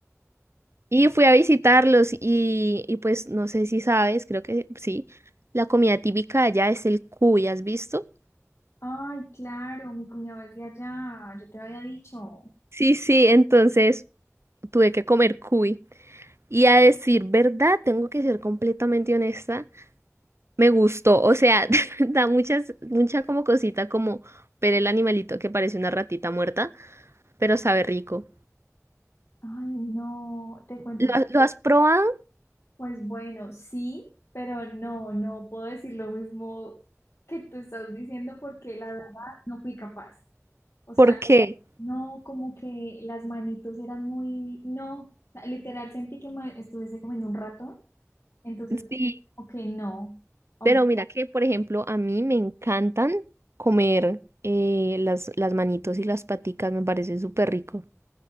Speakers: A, on the right; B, on the left.
A: y fui a visitarlos y, y pues no sé si sabes, creo que sí, la comida típica de allá es el cuy, ¿has visto?
B: Ay, claro, mi cuñado es de allá, yo te había dicho.
A: Sí, sí, entonces tuve que comer cuy. Y a decir verdad, tengo que ser completamente honesta. Me gustó, o sea, <laughs> da muchas, mucha como cosita como ver el animalito que parece una ratita muerta, pero sabe rico.
B: Ay, no, te cuento.
A: ¿Lo, ha- lo has probado?
B: Pues bueno, sí, pero no, no puedo decir lo mismo que tú estás diciendo porque la verdad no fui capaz. O sea,
A: Porque
B: No, como que las manitos eran muy, no, o sea, literal sentí que me estuviese comiendo un ratón, entonces,
A: sí,
B: ok, no, Aun-
A: pero mira que, por ejemplo, a mí me encantan comer eh, las, las manitos y las paticas, me parece súper rico.